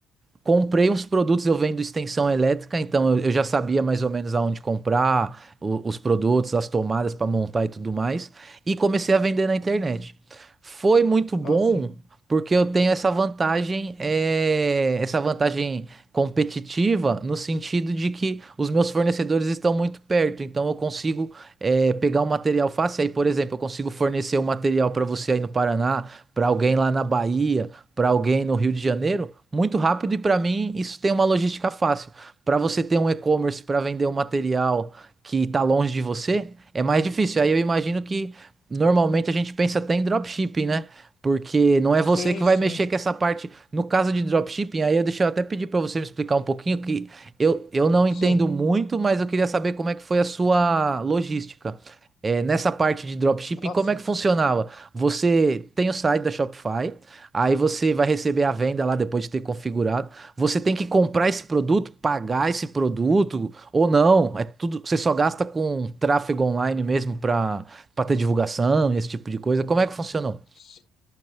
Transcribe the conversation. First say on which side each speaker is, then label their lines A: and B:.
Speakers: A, on the right; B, on the left.
A: Comprei uns produtos, eu vendo extensão elétrica, então eu, eu já sabia mais ou menos aonde comprar, o- os produtos, as tomadas para montar e tudo mais, e comecei a vender na internet. Foi muito bom,
B: Ah, sim.
A: porque eu tenho essa vantagem, é, essa vantagem competitiva, no sentido de que os meus fornecedores estão muito perto, então eu consigo, é, pegar o material fácil. Aí, por exemplo, eu consigo fornecer o material para você aí no Paraná, para alguém lá na Bahia para alguém no Rio de Janeiro muito rápido e para mim isso tem uma logística fácil. Para você ter um e-commerce para vender um material que está longe de você, é mais difícil. Aí eu imagino que normalmente a gente pensa até em dropshipping, né? Porque não
B: Sim,
A: é você que vai
B: sim,
A: mexer com essa parte. No caso de dropshipping, aí eu deixa eu até pedir para você me explicar um pouquinho que eu, eu não
B: sim.
A: entendo muito, mas eu queria saber como é que foi a sua logística. É, nessa parte de dropshipping,
B: Ah,
A: como
B: sim.
A: é que funcionava? Você tem o site da Shopify, Aí você vai receber a venda lá depois de ter configurado. Você tem que comprar esse produto, pagar esse produto ou não. É tudo, você só gasta com tráfego online mesmo para para ter divulgação e esse tipo de coisa. Como é que funcionou?
B: Si,